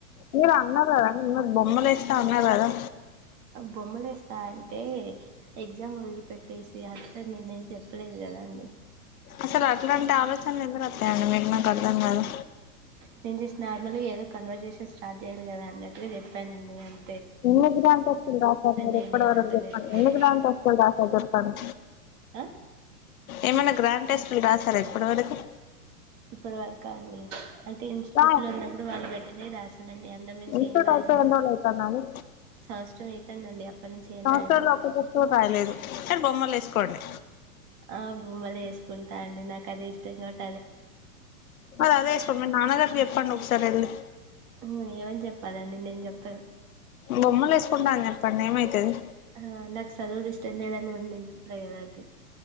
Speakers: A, on the left; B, on the right.
A: మీరు అన్నరు కదండి, ఉన్ బొమ్మలేస్తా ఉన్నరు కదా?
B: బొమ్మలు ఏస్తా అంటే? ఎగ్జామ్ వదిలి పెట్టేసి అట్ త్త నేను మీకు చెప్పలేదు కదా అండి?
A: అసలు అట్లాంటి ఆలోచనలు ఎందుకత్ త్తాయండి మీకు? మాకు అర్ధం కాదు
B: నేను జస్ట్ నార్మల్గా, ఏదో కన్వర్సేషన్ స్టార్ట్ చేయాలి కదా అన్నట్టుగా చెప్పానండి అన్
A: ఎందుకు దాంట్ వస్తువులు దాస్తరు మీరు
B: నేనేం
A: ఎప్పటివరకు
B: అంటలేను
A: చెప్పండి, ఎందుకు దాంట్ వస్తులు దాస్తర్ పన్
B: ఆ
A: ఏమైనా గ్రాండ్ టెస్టులు రాసారా ఇప్పటి వరకు?
B: ఇప్పుడు వరకా అండి? అంటే ఇన్స్టిట్యూట్
A: రా
B: లో ఉన్నప్పుడు వాళ్ళు పెట్టినయ్ రాశానండి, అంతక్మించి
A: ఇన్స్టిట్యూట్
B: ఏం రాయలే.
A: అయిపోయి ఎన్ని రోజులు అయితాందండి
B: సంవత్సరం అయితుందండి అప్పటి నుంచి ఏం
A: సంవత్సరంలో
B: రాయలేదు.
A: ఒక్క టెస్ట్ కూడా రాయలేదు మీరు బొమ్మలు వేసుకోండి
B: ఆ బొమ్మలేసుకుంటా అండి, నాకు అదే ఇష్టం గాబట్
A: మరదే ఎసుకోండి, మీ నాన్న గారు చెప్పండి ఒకసారి ఎల్లి.
B: హు ఏమని చెప్పాలండి, నేను చెప్పను.
A: బొమ్మలేసుకుంటా అని చెప్పండి, ఏమైతది?
B: ఆ, నాకు సదువుడు ఇష్టం లేదనుకుంటడు నేను చెప్